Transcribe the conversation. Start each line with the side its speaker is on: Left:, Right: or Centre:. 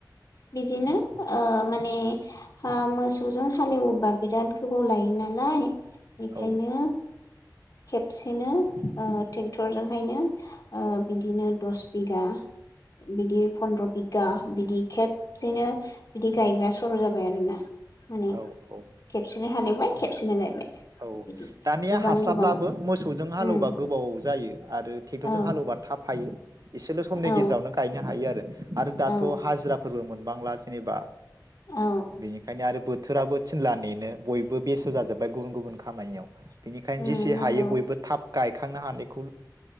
Left: बिदिनो ओ माने हो मोसौजों हालेवोबा बिराद गोबाव लायो नालाय। बेखायनो
Right: औ
Left: खेबसेनो ओ टेक्टरजोंहायनो ओ बिदिनो दस बिगा बिदि फन्द्र बिगा बिदि खेबसेनो बिदि गायग्रा सर जाबाय आरोना। माने
Right: औ औ
Left: खेबसेनो हालेवबाय खेबसेनो गायबाय।
Right: औ
Left: बिदि
Right: दानिया
Left: गोबां
Right: हास्लााब्ला
Left: गोबां
Right: मोसौजों हालेवबा
Left: उम
Right: गोबाव जायो आरो टेक्टरजों
Left: औ
Right: हालेवबा थााब हायो। इसेल समनि
Left: औ
Right: गेजेरावनो गायनो हायो आरो आरो दाथ
Left: औ
Right: हाजिराफोरबो मोन बांला जेनेबा
Left: औ
Right: बेनिखायनो आरो बो बोथोराबो थिनला नेनो बयबो बेस्थ जाजोब्बाय गुबुन गुबुन खामानियाव। बिनिखायनो
Left: उम
Right: जेसे
Left: नंगौ
Right: हायो बयबो थाब गायखांनो हानिख